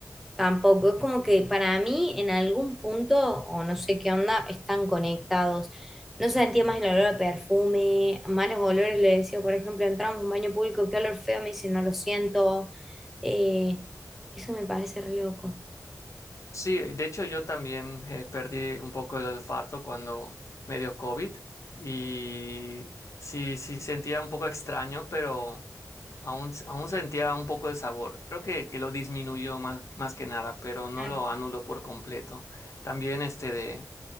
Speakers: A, in the centre; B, on the left.
A: Tampoco, es como que para mí en algún punto, o no sé qué onda, están conectados. No sentía más el olor a perfume, malos olores, le decía, por ejemplo, entramos a un baño público, qué olor feo, me dice, no lo siento. Eh, eso me parece re loco.
B: Sí, de hecho yo también eh, perdí un poco el olfato cuando me dio COVID y sí, sí sentía un poco extraño, pero aún, aún sentía un poco el sabor. Creo que, que lo disminuyó más, más que nada, pero no
A: Claro,
B: lo anuló por completo. También este de...